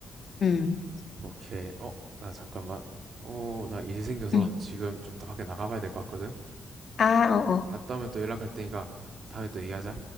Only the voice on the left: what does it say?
응.
응.
아, 어, 어.